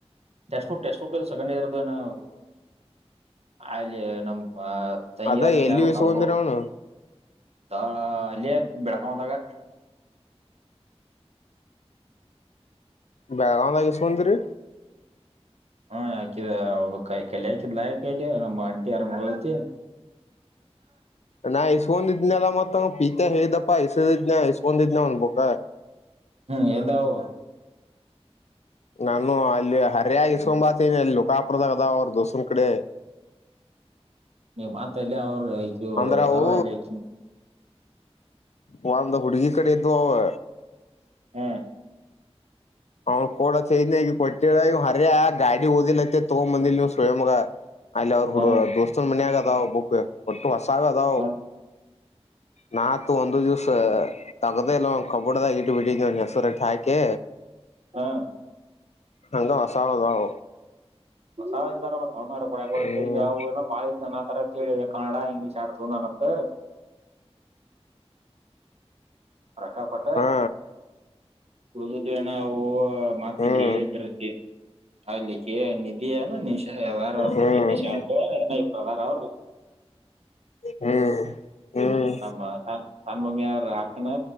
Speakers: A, on the right; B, on the left.
A: text book text book second ಇಯರ್್ದನ ಅಲ್ಲಿ ನಮ್ ಮ ತಂಗ್ಯಾರತಿ
B: ಅದ ಎಲ್ಲಿ
A: ಯಬಕ್
B: ಇಸ್ಕೊಂಡಿರ
A: ಅವರು
B: ಅವನು
A: ಹಾ ಆ ಅಲ್ಲಿಯೇ ಬೆಳಗಾವದಾಗ
B: ಬೇಳಗಾವ್ದಸ ಮಂದಂತ ರ
A: ಹಾ ಯಾಕಿದ ಅವ ಕಲಿ ಹಾಕಿದ್ಲಾ ಕಲಿ ನಮ್ಮ ಅಂಟಿ ಯಾರ ಮಳತಿ
B: ನಾ ಇಸ್ಕೊಂಡಿದ್ನಲ್ಲ ಮತ್ತ ಪೀತ ಹೇಳ್ದಪ್ಪಸಿದ್ನಸ್ೊಂಡ ಬಂದಿದ್ದಲ ಒನು ಪಕ್ಕ
A: ಹ್ಮ್ ಎದಾವ
B: ನಾನು ಅಲ್ಲಿ ಹರ್ಯಾಗಿ ಇಸ್ಕೊಂಬಾತನಿ ಅಲ್ಲಿ ನುಕಾಪುರದಾಗದ ಅವ್ರ ದೋಸನ ಕಡೆ
A: ನೀ ಮಾತಲ್ಲಿ ಅವ್ರು
B: ಅಂದ್ರ
A: ಯದ
B: ಅವು
A: ವಲ್ಲ
B: ಒ ಅಂದ ಹುಡ್ಗಿ ಕಡೆ ಇ್ದು ಅವವ
A: ಹಾ
B: ಅವ್ ಕೂಡ ಸೈನ ಕೊಟ್ಟ ಅರೆ ಆ ಗಾಡಿ ಓದಿಲ್ಲತ್ತತೆ ತೋ ಮಂದಿ ಸಳೆ ಮಗ ಅಲ್ಲಿ ಅವ್ರು ಹುಡು
A: ಹ್ಮ್
B: ದೋಸ್ತನ್ ಮಯಾಗಗ ಹ ಬ ಒಟ್ಟು ಹೊಸಾವೆ ಅದ
A: ಹ್ಮ್
B: ನಾ ತ ಒಂದು ದಿವಸ ತಗದೆೇಲ್ಲ ಕ ಕಡಾ ಇಿ ಬಿಟ್ಟಿು ಸ ಹಾಿ ಕೆ
A: ಹ್ಮ್
B: ಹಂಗ ಹೊಸಾವದಾವ
A: ಹೊಸವು ಅವನಾರ ಕೊ
B: ಹ್ಮ್
A: ಈಗ ಏೋ ಬಾಳ ನ ಆ ತರ ಕೇಳ ಕನ್ನಡಾ ಇಂಗ್ಲೀಷ್ ಅಡ್ತಂದನುತ್ತ ರಕ್ಕಾ ಕೊಟ್ಟ
B: ಹಾ
A: ಓದದ್ಣ ಮಾತಿಲ್ಲಿ
B: ಹ್ಮ್
A: ಹೇಳ್ರಕ್ಕೆ ಅಲ್ಲಿ ನಿಧಿ ಏನ ನಿಶಾ ಯಾರ ಅವ
B: ಹ್ಮ್
A: ನಿಧಿ ನಿಶಾ ಅವ್ರರು
B: ಹ್ಮ್ ಹ್ಮ್
A: ಹಾಮ ಹಾ ತಾನು ಮಮ್ಮಿ ಯಾರ ಆಾಕನಾ